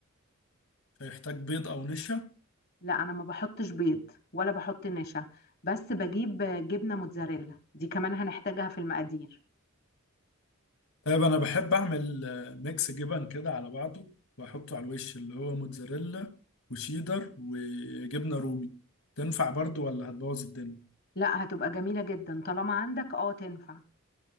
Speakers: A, on the left (about 80°); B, on the left (about 45°).
A: هيحتاج بيض او نشا
B: لا انا ما بحطش بيض ولا بحط نشا بس بجيب جبنة موتزاريلا دي كمان هنحتاجها في المقادير
A: طيب انا بحب اعمل آه، ميكس جبن كده على بعضه واحطه على الوش اللي هو موتزاريلا وشيدر وجبنه رومي تنفع برضو ولا هتبوظ الدنيا
B: لا هتبقى جميلة جدا طالما عندك اه تنفع